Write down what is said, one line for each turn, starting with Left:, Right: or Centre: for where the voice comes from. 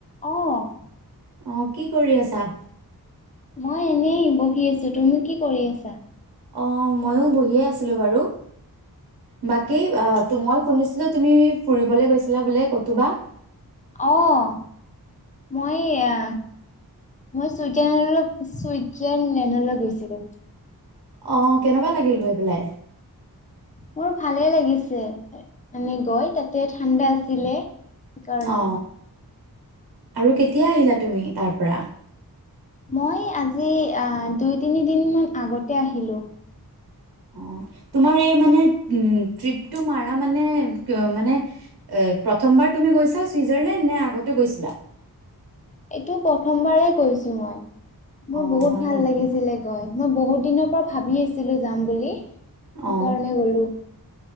Left: অ'।
Right: অ' কি কৰি আছা?
Left: মই এনে বহি আছো। তুমি কি কৰি আছা?
Right: অ' ময়ো বহিয়ে আছিলোঁ বাৰু। বাকী অহ মই শুনিছিলো তুমি ফুৰিবলৈ গৈছিলা বোলে কতোবা।
Left: অ' মই এয়া মই ছুইজাৰলেণ-চুইজাৰলেণ্ডলৈ গৈছিলো।
Right: অ' কেনেকুৱা লাগিল গৈ পেলাই?
Left: মোৰ ভালে লাগিছে। মানে গৈ তাতে ঠাণ্ডা আছিলে। সেইকাৰণে
Right: অ'। আৰু কেতিয়া আহিলা তুমি তাৰ পৰা?
Left: মই আজি দুই তিনি দিন মান আগতে আহিলো।
Right: অ' তোমাৰ এই মানে তৃপ্ত মাৰা মানে-মানে এ প্ৰথমবাৰ তুমি গৈছা চুইজাৰলেণ্ড নে আগতো গৈছিলা?
Left: এইটো প্ৰথমবাৰ কৈছো মই। মোৰ
Right: অ
Left: বহুত
Right: হয়
Left: ভাল
Right: নেকি
Left: লাগিছিলে গৈ। মই বহুত দিনৰ পৰা ভাবি আছিলো যাম বুলি, সেই
Right: অ
Left: কাৰণে গলো।